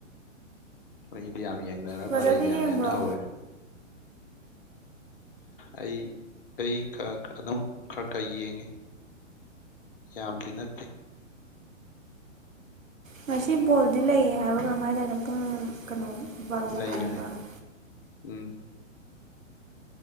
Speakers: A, on the left; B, on the right.
A: ꯃꯤꯗꯤ ꯌꯥꯝ ꯌꯦꯡꯅꯔꯦ
B: ꯕ꯭ꯔꯗꯔꯗꯤ
A: ꯃꯔꯩꯒ ꯌꯥꯝ
B: ꯌꯦꯡꯕ꯭ꯔꯣ
A: ꯌꯦꯡꯅꯍꯧꯋꯦ ꯑꯩ ꯑꯩ ꯈ ꯑꯗꯨꯝ ꯈꯔ ꯈꯔ ꯌꯦꯡꯉꯦ ꯌꯥꯝꯗꯤ ꯅꯠꯇꯦ
B: ꯉꯁꯤ ꯕꯣꯜꯗꯤ ꯂꯩꯌꯦ ꯍꯥꯏꯕ ꯀꯔꯝ ꯍꯥꯏ ꯇꯅꯣ ꯄꯨꯡ ꯀꯩꯅꯣ ꯕꯥꯔꯣ ꯃꯈꯥꯏ
A: ꯂꯩꯕꯅꯦ
B: ꯍꯥꯏꯕ꯭ꯔꯥꯅꯣ
A: ꯎꯝ